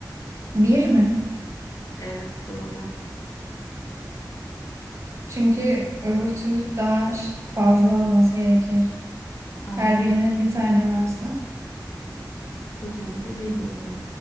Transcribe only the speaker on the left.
Evet doğru.
Aynen.
Totali de bir oluyor.